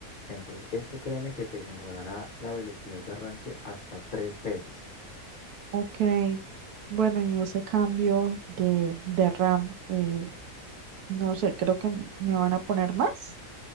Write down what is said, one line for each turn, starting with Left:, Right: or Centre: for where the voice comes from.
Left: Entonces, esto créeme que te mejorará la velocidad de arranque hasta tres veces.
Right: Ok. Bueno, y ese cambio de, de RAM. eh, No sé, creo que m- me van a poner más.